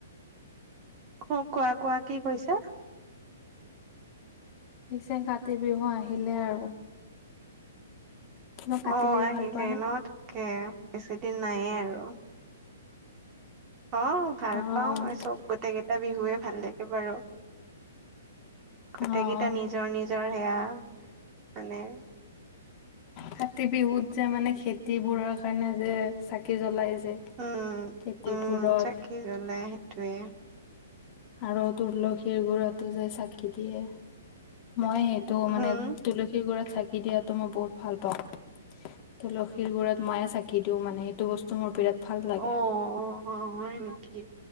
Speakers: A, on the right; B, on the left.
A: অ কোৱা কোৱা কি কৈছা।
B: পিছে কাতি বিহু আহিলে আৰু। তোমাৰ কাতি
A: অ
B: বিহু
A: আহিলে
B: ভাল পোৱা নে?
A: ন তাকে বেছি দিন নায়ে আৰু। অ ভাল
B: অ'
A: পাওঁ মই চব গোটেই কেইটা বিহুৱে ভাল লাগে বাৰু। গোটেই
B: অ'
A: কেইটা নিজ নিজৰ নিজৰ সেয়া মানে
B: কাতি বিহুত যে মানে খেতি বোৰৰ কাৰণে যে চাকি জ্বলাই যে
A: উম
B: খেতি
A: উম
B: বোৰত
A: চাকি জ্বলাই সেইটোৱে।
B: আৰু তুলসী গুৰতো যাই চাকি দিয়ে। মই সেইটো মানে
A: হম
B: তুলসী গুৰত চাকি দিয়াটো মই বহুত ভাল পাওঁ। তুলসীৰ গুৰত মইয়ে চাকি দিও মানে সেইটো বস্তু মোৰ বিৰাট ভাল লাগে।
A: অ অ অ' হয় নেকি?